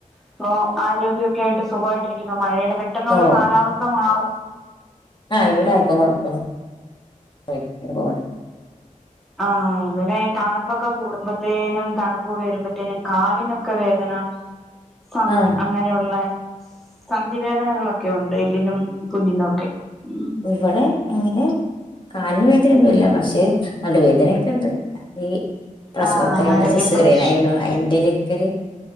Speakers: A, in the centre; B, on the left.
A: ഇപ്പൊ ആരോഗ്യൊക്കെ ആയിട്ട് സുഖായിട്ടിരിക്കുന്നു മഴയുടെ പെട്ടെന്നുള്ള
B: ഓഹ്
A: കാലാവസ്ഥ മാറും
B: ആഹ് ഇവിടെ ആയിപ്പൊ കുഴപ്പല്ല അ ഇതോടെ
A: ആഹ് ഇവിടെ തണുപ്പൊക്കെ കൂടുമ്പത്തേനും തണുപ്പ് വരുമ്പത്തേനും കാലിനൊക്കെ വേദന ഇപ്പങ്ങനെ
B: ആഹ്
A: അത് അങ്ങനെയുള്ള സന്ധി വേദനകളൊക്കെ ഉണ്ട് എല്ലിനും തുന്നിലൊക്കെ ഉം
B: ഇവിടെ അങ്ങനെ കാലിന് വേദനയൊന്നുല്ല പക്ഷെ നടു വേദനൊക്കെണ്ട് ഇ പ്രസവക്കൊ
A: ആ
B: രണ്ട്
A: ആരോഗ്യ
B: സിസേറിയനായിരുന്നു
A: പ്രശ്ന
B: അയിന്റെ ഒര് കൊര്